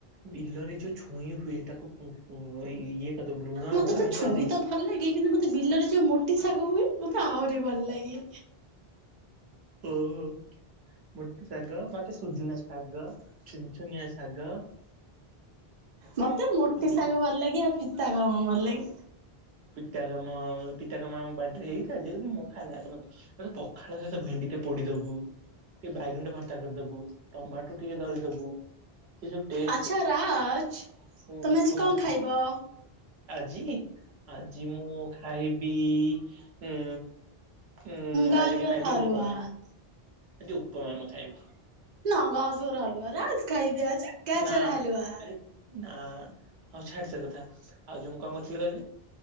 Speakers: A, on the right (about 80°); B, on the right (about 50°).
A: ବିଲରେ ଯୋଉ ଛୁଇଁ ହୁଏ ତାକୁ ପୁ ପୁ ଇଏ କରିଦବୁ ଲୁଣ
B: ମତେ
A: ଗରମ
B: ତ
A: କରିଦେଇକି
B: ଛୁଇଁ ତ ଭଲ ଲାଗେ କିନ୍ତୁ ମତେ ମୋତେ ବିଲରେ ଯେଉଁ ମୋଟି ଶାଗ ହୁଏ ମୋତେ ଆହୁରି ଭଲ ଲାଗେ।
A: ଓଃ। ମୋଟି ଶାଗ ମତେ ସୁଜୁନା ଶାଗ ଛୁନଛୁନିଆ ଶାଗ
B: ମତେ ମୋଟି
A: ଆଉ ଯୋଉ
B: ଶାଗ ଭଲ ଲାଗେ ଆଉ ପିତା କଣ ଭଲ ଲାଗେ।
A: ପିତା କାମ ପିତା କାମ ଆମ ବାଡିରେ ହେଇ। ଏ ଯେଉଁ ଦିନ ମୁଁ ଖାଏ ନାହିଁ ତମେ ତ ପଖାଳ ସହିତ ଭେଣ୍ଡି ଟେ ପୋଡିଦବୁ। ଟିକେ ବାଇଗଣ ଭର୍ତ୍ତା କରିଦବୁ ଟମାଟୋ ଟିକେ ଦଳିଦବୁ ସେ ଯୋଉ ଟେଷ୍ଟ
B: ଆଚ୍ଛା ରାଜ
A: ହୁଁ
B: ତମେ ଆଜି
A: କୁହ।
B: କଣ ଖାଇବ?
A: ଆଜି ଆଜି ମୁଁ ଖାଇବି ଉଁ ଉଁ
B: ଗାଜର
A: ଆଜି ମୁଁ ଖାଇବି
B: ହାଲୁଆ।
A: ଉପମା ଆଜି ଉପମା ମୁଁ ଖାଇବି।
B: ନା ଗଜର ହଲୁଆରାଜ ଖାଇବି ଆଜି। ଗାଜର
A: ନା
B: ହାଲୁଆ।
A: ଆରେ ନା ଆଉ ଛାଡ ସେ କଥା ଆଉ ଯୋଉ ମୁଁ କଣ କହୁଥିଲି କହିଲୁ